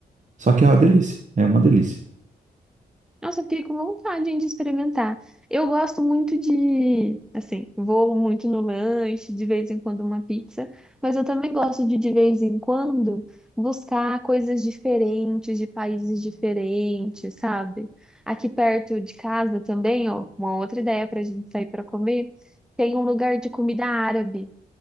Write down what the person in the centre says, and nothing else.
Nossa, eu fiquei com vontade, hein, de experimentar. Eu gosto muito de, assim, vou muito no lanche, de vez em quando uma pizza, mas eu também gosto de, de vez em quando, buscar coisas diferentes, de países diferentes, sabe? Aqui perto de casa também, ó, uma outra ideia pra gente sair pra comer, tem um lugar de comida árabe.